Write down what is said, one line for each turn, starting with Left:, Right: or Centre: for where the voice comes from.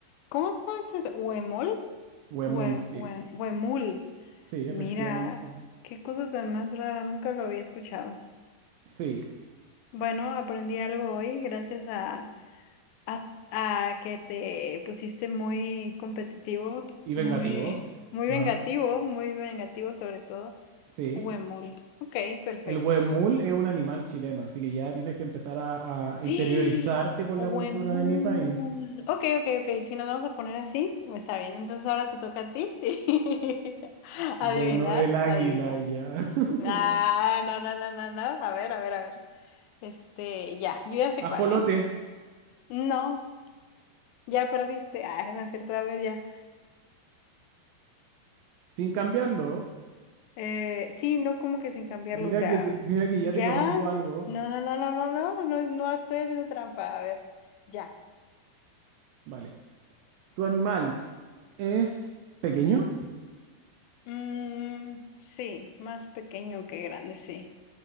Left: ¿Cómo, conoces? se dice? ¿Huemol?
Right: Huemul,
Left: Hue-
Right: sí.
Left: hue- Huemul.
Right: Sí,
Left: Mira,
Right: efectivamente.
Left: qué cosa tan más rara, nunca lo había escuchado.
Right: Sí,
Left: Bueno, aprendí algo hoy gracias a, a, a que te pusiste muy competitivo,
Right: y vengativo.
Left: muy, muy
Right: Ajá.
Left: vengativo, muy vengativo sobre todo.
Right: Sí.
Left: Huemul. Ok, perfecto.
Right: El huemul es un animal chileno, así que ya tienes que empezar a,
Left: <gasps>
Right: a interiorizarte con
Left: Huemul.
Right: la cultura de mi país.
Left: Ok, ok, ok. Si nos vamos a poner así, pues está bien. Entonces ahora te toca a ti. <laughs>
Right: Bueno,
Left: Adivinar,
Right: el águila
Left: adivinar.
Right: ya. <laughs>
Left: Ah, no, no, no, no, no. A ver, a ver, a ver. Este, ya, yo ya sé cuál,
Right: Ajolote,
Left: ¿eh? No, ya perdiste. Ah, no es cierto, a ver, ya.
Right: sin cambiarlo.
Left: Eh, sí, no como que sin cambiarlo,
Right: Mira
Left: o sea,
Right: que te- mira que ya
Left: ya.
Right: te conozco algo.
Left: No, no, no, no, no, no, no, es- no estoy haciendo trampa. A ver, ya.
Right: Vale. ¿Tu animal es pequeño?
Left: Mm, sí, más pequeño que grande, sí.